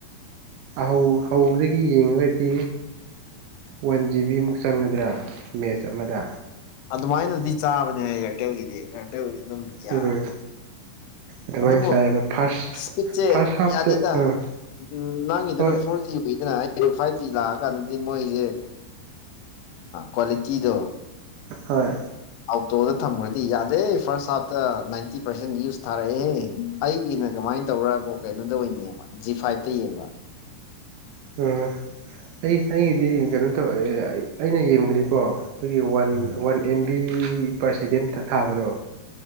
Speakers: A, on the right (about 80°); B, on the left (about 80°).
A: ꯍꯧ ꯍꯧꯕꯗꯒꯤ ꯌꯦꯡꯉꯒꯗꯤ ꯋꯥꯟ ꯖꯤꯕꯤꯃꯨꯛ ꯆꯪꯒꯗ꯭ꯔꯥ ꯃꯦꯠꯆ ꯑꯃꯗ
B: ꯑꯗꯨꯃꯥꯏꯅꯗꯤ ꯆꯥꯕꯅꯦ ꯑꯦꯌꯥꯔꯇꯦꯜꯒꯤꯗꯤ ꯑꯦꯔꯇꯦꯜꯒꯤꯗꯤ ꯑꯗꯨꯝ ꯌꯥ
A: ꯎꯝ ꯑꯗꯨꯃꯥꯏꯅ
B: ꯑꯗꯨꯕꯨ
A: ꯆꯥꯏꯕ ꯐꯥꯔꯁ
B: ꯁꯄꯤꯠꯁꯦ
A: ꯐꯥꯔꯁ ꯍꯥꯞꯇꯣ
B: ꯌꯥꯗꯦꯗ
A: ꯎꯝ
B: ꯎꯝ ꯅꯪꯒꯤꯗꯅ
A: ꯍꯣꯏ
B: ꯐꯣꯔ ꯖꯤ ꯑꯣꯏꯗꯅ ꯍꯥꯏ ꯑꯦ ꯐꯥꯏꯚ ꯖꯤ ꯂꯥꯛꯑꯀꯥꯟꯗꯗꯤ ꯃꯣꯏꯁꯦ ꯀ꯭ꯋꯥꯂꯤꯇꯤꯗꯣ
A: ꯍꯣꯏ
B: ꯑꯥꯎꯇꯣꯗ ꯊꯝꯈ꯭ꯔꯗꯤ ꯌꯥꯗꯦ ꯐꯥꯔꯁꯠ ꯍꯥꯐꯇ ꯅꯥꯏꯟꯇꯤ ꯄꯥꯔꯁꯦꯟ ꯌꯨꯁ ꯊꯥꯔꯛꯑꯦ ꯑꯩꯒꯤꯅ ꯀꯃꯥꯏꯅ ꯇꯧꯕꯔꯕꯨ ꯀꯩꯅꯣꯗ ꯑꯣꯏꯅ ꯌꯦꯕ ꯖꯤ ꯐꯥꯏꯚꯇ ꯌꯦꯡꯕ
A: ꯑꯣ ꯑꯩ ꯑꯩꯒꯤꯗꯤ ꯀꯩꯅꯣ ꯇꯧ ꯑꯩꯅ ꯌꯦꯡꯕꯗꯤꯀꯣ ꯑꯩꯈꯣꯏꯒꯤ one
B: um
A: one M B per second ꯊꯥꯕꯗꯣ